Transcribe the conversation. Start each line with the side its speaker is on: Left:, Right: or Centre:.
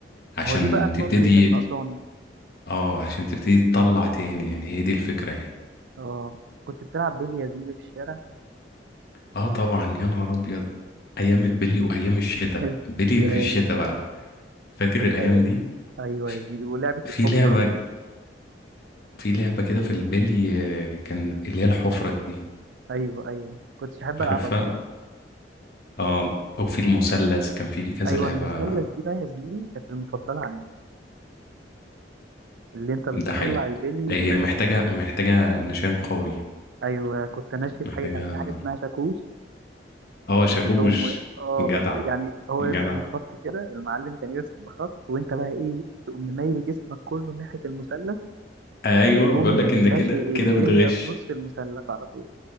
Right: ما
Left: عشان
Right: هو دي بقى النقطه
Left: تبتدي
Right: اللي كانت ناقصاني
Left: اه عشان تبتدي تطلع تاني يعني هي دي الفكره يعني
Right: اه كنت بتلعب بيلي يا زميلي في الشارع
Left: اه طبعا يا نهار ابيض ايام البلي وايام الشتاء
Right: <laughs>
Left: بلي
Right: يا
Left: في الشتاء بقى فاكر
Right: كان
Left: الايام
Right: ايه
Left: دي
Right: ايوه
Left: ف-
Right: يا زميلي ولعبه
Left: في
Right: الحفره
Left: لعبه في لعبه كده في البلي آه، كان اللي هي الحفره دي
Right: ايوه ايوه كنتش احب
Left: عارفها
Right: العبها الصراحه
Left: اه او في المثلث كان في كذا
Right: ايوه
Left: لعبه
Right: المثلث دي بقى يا زميلي كانت المفضله عندي اللي انت بتطلع
Left: ده حقيقي
Right: البيلي من
Left: هي محتاجه
Right: قلب
Left: محتاجه
Right: المثلث
Left: نشان قوي
Right: ايوه كنت ماشي في
Left: محتاجه
Right: حاجه كان في حاجه اسمها شاكوش
Left: اه
Right: كنت
Left: شاكوش
Right: تقوم اه
Left: جدع
Right: يعني هو
Left: جدع
Right: يرسم الخط كده المعلم كان يرسم الخط وانت بقى ايه تقوم مميل جسمك كله ناحيه المثلث
Left: ايوه
Right: وتقوم
Left: بيقول لك
Right: راشق
Left: انت كده
Right: البليه
Left: كده بتغش
Right: في نص المثلث على طول